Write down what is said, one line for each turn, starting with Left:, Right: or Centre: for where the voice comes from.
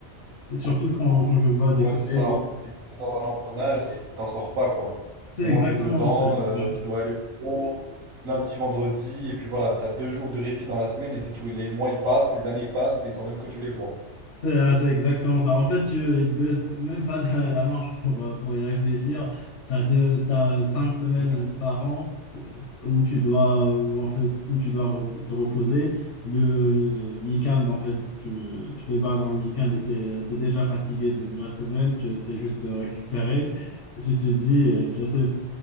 Left: c'est, surtout
Right: complètement.
Left: quand, quand je vois des
Right: Ouais,
Left: collègues.
Right: c'est ça. En fait, c'est que t'es dans un engrenage et t'en sors pas, quoi.
Left: C'est
Right: Vraiment,
Left: exactement,
Right: t'es dedans,
Left: en fait.
Right: euh,
Left: Ouais.
Right: tu dois aller au pro lundi, vendredi, et puis voilà, t'as deux jours de répit dans la semaine et c'est tout. Et les mois, ils passent, les années passent, et sans même que tu les vois.
Left: C'est euh, c'est exactement ça. En fait, tu, ils te laissent même pas la, la marge pour, euh, pour y réfléchir. Tu as deux, t'as cinq semaines
Right: Du tout.
Left: par an où, où tu dois, où, en fait, où tu dois re- te reposer. Le, le week-end, en fait, tu, tu débats dans le week-end et tu es, déjà fatigué de, de la semaine. Tu essaies juste de récupérer. Je te dis, euh, c'est-